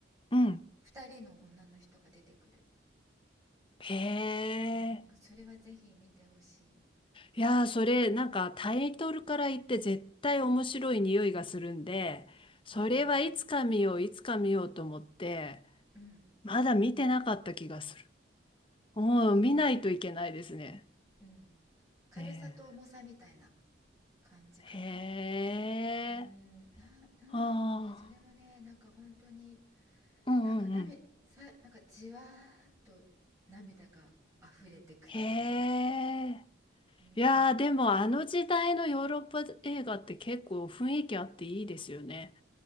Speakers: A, on the left (about 25°); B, on the right (about 15°).
A: うん。
B: 二人の女の人が出てくる、
A: へえ。
B: うん、それはぜひ見てほしい
A: いやー、それ、なんかタイトルから言って絶対面白い匂いがするんで、それはいつか見よう、
B: うん
A: いつか見ようと思って、
B: うんうん
A: まだ見てなかった気がする。うん、
B: そう
A: 見ないといけないですね。
B: うん軽さと重さみたいな
A: ね
B: 感じかな
A: えへえ。
B: うーんななんだろうねそれもねなんか本当に
A: ああ。うんうんうん。
B: なんか涙さなんかじわーっと涙が溢れてくるみたいな
A: へえ。
B: うん、
A: いやー、でもあの時代のヨーロッパ映画って結構雰囲気あっていいですよね。